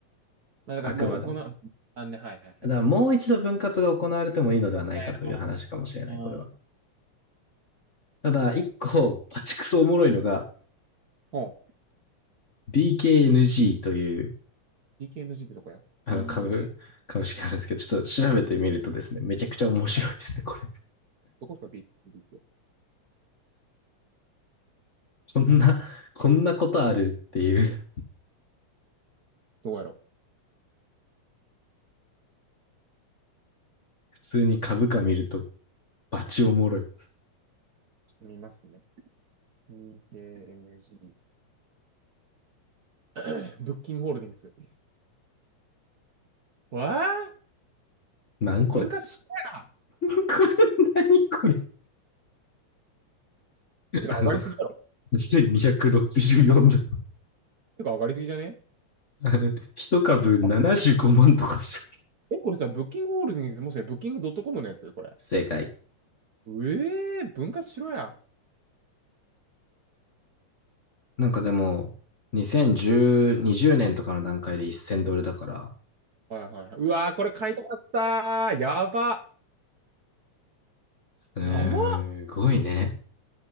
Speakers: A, on the right; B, on the left.
A: まあ、
B: あくまでも。
A: だからもう行う、あんね、はいはいはい、
B: だからもう一度分割が行われてもいいのではないかという話かもしれない、
A: オッケー。本当やるかも。
B: これは。
A: うん。
B: ただ、一個、バチクソおもろいのが、
A: ほう。
B: BKNG という、
A: k n g ってどこや
B: あの、
A: ?BK、
B: 株、株式あるんですけど、ちょっと調べてみるとですね、めちゃくちゃ面白いですね、
A: はい
B: これ。
A: どこですか ?B、k
B: こんな、こんなことあるっていう、
A: どこやろう
B: 普通に株価見ると、バチおもろい。
A: ちょっと見ますね。p k n g <coughs> ブッキングホールディングス。わあ
B: なんこれ
A: 文化資やな
B: <laughs> これ、何これ <laughs>
A: てか上がりすぎだろ。
B: あの、2264ドル。
A: てか上がりすぎじゃね
B: <laughs> あの、一株75万とかでしょ。
A: あえ、これさ、ブッキングホールディングス、もしかしてブッキングドットコムのやつこれ。
B: 正解。
A: うえー、文化しろや。
B: なんかでも、2010、20年とかの段階で1000ドルだから、
A: はいはいはい。うわー、これ買いたかったー。やば。
B: すごいね。
A: やば。